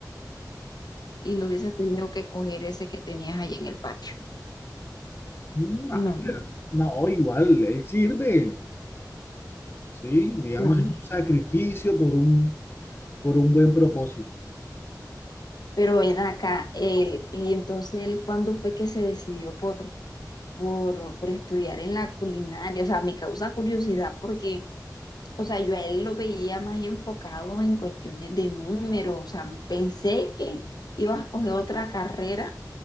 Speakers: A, on the left (about 70°); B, on the left (about 30°).
A: y no hubieses tenido que coger ese que tenías allá en el patio.
B: Mm, ay,
A: No, no,
B: No, igual, él sirve, ¿sí? Digamos,
A: no. no.
B: es un sacrificio por un, por un buen propósito.
A: Pero ven acá, eh, y entonces él, ¿cuándo fue que se decidió por, por, por estudiar en la culinaria? O sea, me causa curiosidad porque O sea, yo a él lo veía más enfocado en cuestiones de números, o sea, pensé que iba a escoger otra carrera